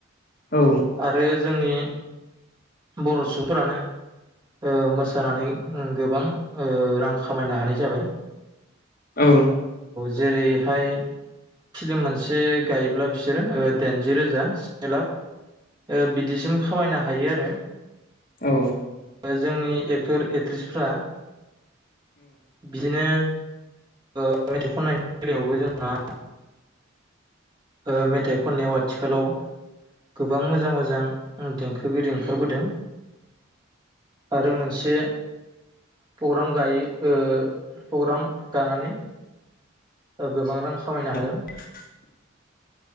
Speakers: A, on the left; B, on the right.
A: औ
B: आरो जोंनि बर' सुबुंफोरानो ओ मोसानानै उम गोबां ओ रां खामायनो हानाय जाबाय
A: औ
B: जेरैहाय फिल्म मोनसे गायोब्ला बिसोरो ओ दाइनजि रोजा से लाख ओ बिदिसिम खामायनो हायो आरो
A: औ
B: <inaudible> जोंनि एक्टर एक्ट्रिसफ्रा बिदिनो ओ मेथाइ खन्नायनि बेलायावबो जोंहा ओ मेथाइ खननायाव आथिखालाव गोबां मोजां मोजां देंखोगिरि ओंखारबोदों आरो मोनसे प्रग्राम गायो ओ प्रग्राम गानानै गोबां रां खामायनो हादों
A: <inaudible>